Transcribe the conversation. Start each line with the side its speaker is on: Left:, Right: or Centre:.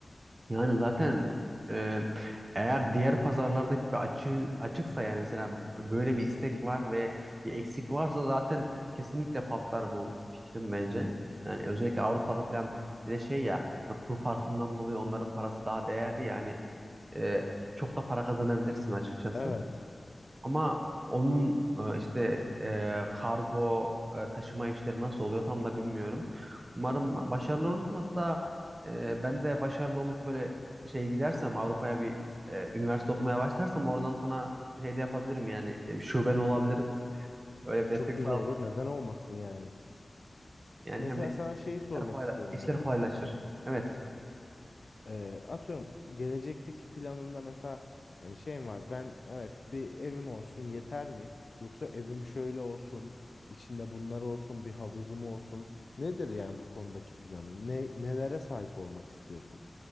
Right: Yani zaten e, eğer diğer pazarlardaki gibi açığı açıksa yani mesela böyle bir istek var ve bir eksik varsa zaten kesinlikle patlar bu fikrim bence. Yani özellikle Avrupa'da falan bir de şey ya hani kur farkından dolayı onların parası daha değerli yani e, çok da para kazanabilirsin açıkçası.
Left: Evet.
Right: Ama onun e, işte e, kargo e, taşıma işleri nasıl oluyor tam da bilmiyorum. Umarım başarılı olursun. Hatta e, ben de başarılı olup böyle şey gidersem Avrupa'ya bir e, üniversite okumaya başlarsam oradan sana şey de yapabilirim yani e, şuben olabilirim. Öyle bir destek
Left: Çok güzel
Right: sağlarım.
Left: olur. Neden olmasın yani?
Right: Yani
Left: Mesela
Right: hem de
Left: sana şeyi
Right: işler
Left: sormak
Right: kolay,
Left: istiyorum
Right: işler
Left: Emre.
Right: kolaylaşır. Evet.
Left: Ee, atıyorum gelecekteki planında mesela hani şeyim var. Ben evet bir evim olsun yeter mi? Yoksa evim şöyle olsun, içinde bunlar olsun, bir havuzum olsun. Nedir yani bu konudaki planın? Ne nelere sahip olmak istiyorsun?